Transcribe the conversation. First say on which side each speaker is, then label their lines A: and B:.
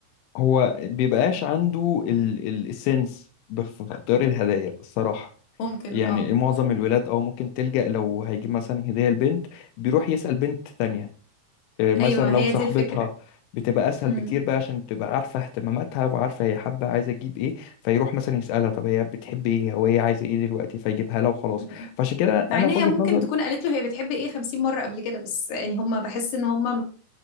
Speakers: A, on the left; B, on the left.
A: هو بيبقاش عنده ال ال السنس بخ- في اختيار الهدايا الصراحه
B: ممكن
A: يعني
B: اه
A: معظم الولاد او ممكن تلجأ لو هيجيب مثلا هديه لبنت بيروح يسأل بنت تانية آه، مثلا
B: أيوه
A: لو
B: هي
A: صاحبتها
B: دي الفكرة
A: بتبقى اسهل
B: مم.
A: بكتير بقى عشان تبقى عارفه اهتماماتها وعارفه هي حابه عايزه تجيب ايه فيروح مثلا يسالها طب هي بتحب ايه او هي عايزه ايه دلوقتي فيجيبها لها وخلاص
B: مم.
A: فعشان كده انا
B: مع ان
A: في
B: هي
A: وجهه
B: ممكن
A: نظري
B: تكون قالت له هي بتحب ايه 50 مرة قبل كده بس يعني هم بحس ان هم ما